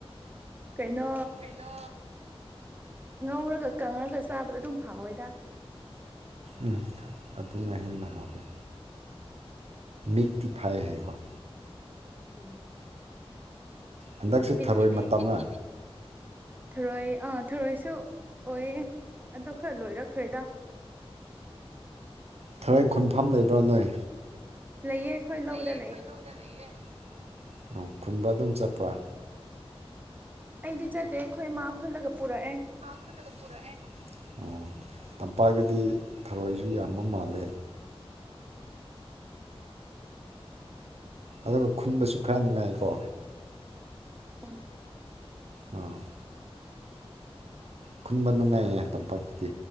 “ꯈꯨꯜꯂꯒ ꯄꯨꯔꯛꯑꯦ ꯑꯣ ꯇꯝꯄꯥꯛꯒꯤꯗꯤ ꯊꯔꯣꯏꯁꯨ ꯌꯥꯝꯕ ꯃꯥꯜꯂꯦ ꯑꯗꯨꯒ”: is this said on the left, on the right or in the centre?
Right